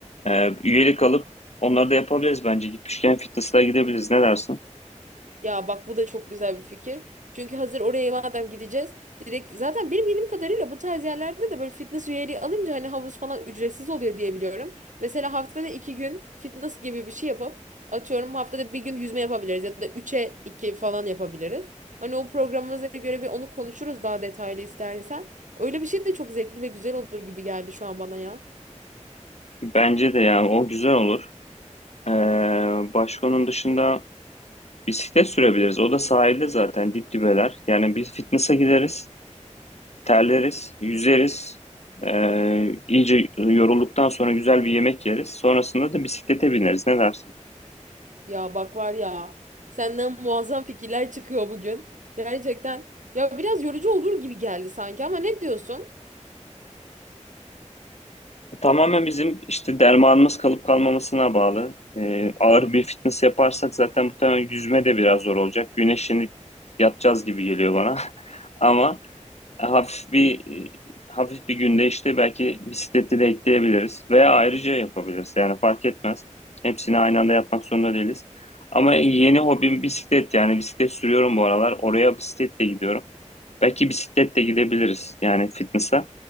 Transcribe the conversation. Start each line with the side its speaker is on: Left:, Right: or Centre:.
Left: Ee, üyelik alıp onları da yapabiliriz bence. Gitmişken fitness'a gidebiliriz. Ne dersin?
Right: Ya bak bu da çok güzel bir fikir. Çünkü hazır oraya madem gideceğiz direkt zaten benim bildiğim kadarıyla bu tarz yerlerde de böyle fitness üyeliği alınca hani havuz falan ücretsiz oluyor diye biliyorum. Mesela haftada iki gün fitness gibi bir şey yapıp atıyorum haftada bir gün yüzme yapabiliriz ya da üçe iki falan yapabiliriz. Hani o programımıza göre bir onu konuşuruz daha detaylı istersen. Öyle bir şey de çok zevkli ve güzel olur gibi geldi şu an bana ya.
Left: Bence de yani o güzel olur. Ee, başka onun dışında bisiklet sürebiliriz. O da sahilde zaten dip dibeler. Yani biz fitness'a gideriz. Terleriz. Yüzeriz. Ee, iyice yorulduktan sonra güzel bir yemek yeriz. Sonrasında da bisiklete bineriz. Ne dersin?
Right: Ya bak var ya senden muazzam fikirler çıkıyor bugün. Gerçekten ya biraz yorucu olur gibi geldi sanki ama ne diyorsun?
Left: Tamamen bizim işte dermanımız kalıp kalmamasına bağlı. Ee, ağır bir fitness yaparsak zaten muhtemelen yüzme de biraz zor olacak. Güneşlenip yatacağız gibi geliyor bana. <laughs> Ama e, hafif bir e, hafif bir günde işte belki bisikleti de ekleyebiliriz veya ayrıca yapabiliriz. Yani fark etmez. Hepsini aynı anda yapmak zorunda değiliz. Ama yeni hobim bisiklet yani bisiklet sürüyorum bu aralar. Oraya bisikletle gidiyorum. Belki bisikletle gidebiliriz yani fitness'a.